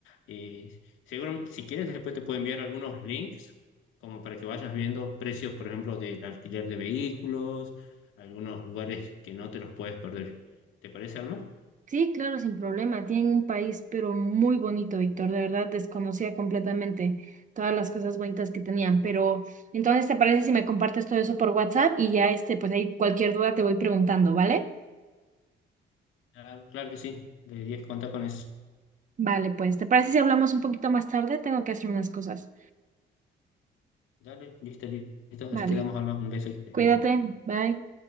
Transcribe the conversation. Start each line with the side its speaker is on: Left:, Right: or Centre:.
Left: eh, seguramente si quieres después te puedo enviar algunos links como para que vayas viendo precios, por ejemplo, del alquiler de vehículos, algunos lugares que no te los puedes perder. ¿Te parece, Alma?
Right: Sí, claro, sin problema. Tienen un país, pero muy bonito, Víctor. De verdad, desconocía completamente todas las cosas bonitas que tenían. Pero entonces, ¿te parece si me compartes todo eso por WhatsApp? Y ya, este, pues ahí cualquier duda te voy preguntando, ¿vale?
Left: Ah, claro que sí, deberías contar con eso.
Right: Vale, pues, ¿te parece si hablamos un poquito más tarde? Tengo que hacer unas cosas.
Left: Dale, listo, listo.
Right: Vale.
Left: Así quedamos, Alma. Un beso, que estés
Right: Cuídate,
Left: bien.
Right: bye.